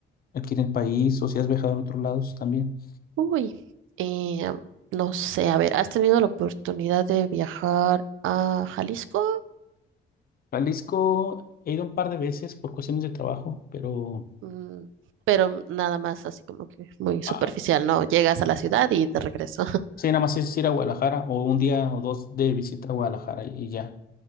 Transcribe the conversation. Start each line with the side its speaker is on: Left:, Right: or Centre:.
Left: aquí en el país o si has viajado en otros lados también.
Right: Uy, eh, no sé, a ver, ¿has tenido la oportunidad de viajar a Jalisco?
Left: Jalisco he ido un par de veces por cuestiones de trabajo, pero
Right: Mm, pero nada más así como que muy superficial,
Left: ah,
Right: ¿no? Llegas a la ciudad y te regreso. <laughs>
Left: sí, nada más es ir a Guadalajara o un día o dos de visita a Guadalajara y, y ya.